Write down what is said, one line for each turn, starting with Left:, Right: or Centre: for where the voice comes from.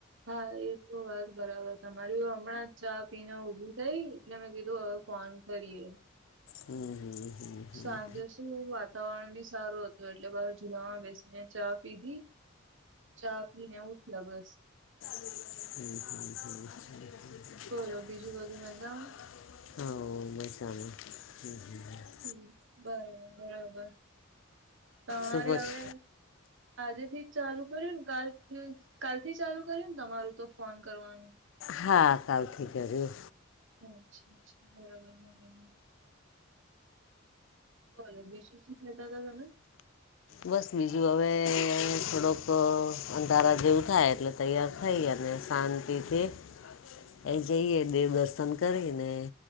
Right: હા એ તો વાત બરાબર તમારી હમણાં ચા પીને ઊભી થઈ એટલે મેં કીધું હવે ફોન કરીએ
Left: હમ હમ હમ.
Right: સાંજે શું વાતાવરણ બી સારું હતું એટલે બાર જુલામાં બેસીને ચા પીધી ચા પીને ઉઠી્યા બસ
Left: હમ હમ હમ
Right: બોલો બીજું
Left: હા
Right: બધું મજામાં
Left: મૈસાણા હ હ
Right: હમ બરોબર બરોબર તમારે
Left: શું કહો
Right: હવે
Left: છો?
Right: આજે થી ચાલુ કર્યું ને કાલ કાલ થી ચાલુ કર્યું ને તમારું તો ફોન કરવાનું
Left: હા કાલથી કર્યું
Right: અચ્છા અચ્છા બરાબર <unintelligible> બોલો બીજુ શું કેતા તા તમે
Left: બસ બીજું હવે થોડોક અંધારા જેવું થાય એટલે તૈયાર થઈ અને શાંતિથી એ જઈએ દેવદર્શન કરી ને